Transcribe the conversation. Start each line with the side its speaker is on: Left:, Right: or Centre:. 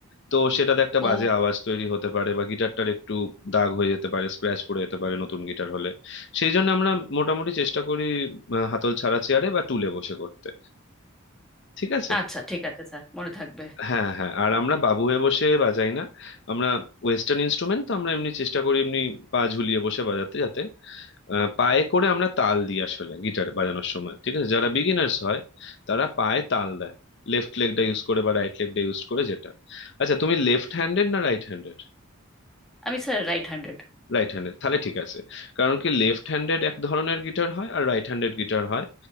Left: তো সেটাতে একটা
Centre: ও
Left: বাজে আওয়াজ তৈরি হতে পারে বা গিটারটার একটু দাগ হয়ে যেতে পারে স্ক্র্যাচ পড়ে যেতে পারে নতুন গিটার হলে সেই জন্য আমরা মোটামুটি চেষ্টা করি আহ, হাতল ছাড়া চেয়ারে বা টুলে বসে করতে ঠিক আছে
Centre: আচ্ছা ঠিক আছে স্যার মনে থাকবে
Left: হ্যাঁ হ্যাঁ আর আমরা বাবু হয়ে বসে বাজাই না আমরা ওয়েস্টার্ন ইনস্ট্রুমেন্ট তো আমরা এমনি চেষ্টা করি এমনি পা ঝুলিয়ে বসে বাজাতে যাতে আহ, পায়ে করে আমরা তাল দিই আসলে গিটার বাজানোর সময় ঠিক আছে যারা বিগিনার্স হয় তারা পায়ে তাল দেয় লেফট লেগটা ইউজ করে বা রাইট লেগটা ইউজ করে যেটা আচ্ছা তুমি লেফট হ্যান্ডেড না রাইট হ্যান্ডেড
Centre: আমি স্যার রাইট হ্যান্ডেড
Left: রাইট হ্যান্ডেড তাহলে ঠিক আছে কারণ কি লেফট হ্যান্ডেড এক ধরনের গিটার হয় আর রাইট হ্যান্ডেড গিটার হয়